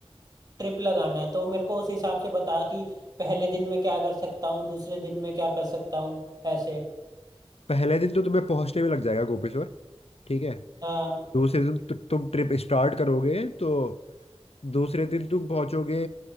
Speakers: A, on the right; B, on the left.
A: ट्रिप लगाना है तो मेरे को उस हिसाब से बता कि पहले दिन में क्या कर सकता हूँ दूसरे दिन में क्या कर सकता हूँ ऐसे
B: पहले दिन तो तुम्हें पहुंचने में लग जाएगा गोपेश्वर ठीक है
A: हाँ
B: दूसरे दिन तु, तुम ट्रिप स्टार्ट करोगे तो दूसरे दिन तुम पहुंचोगे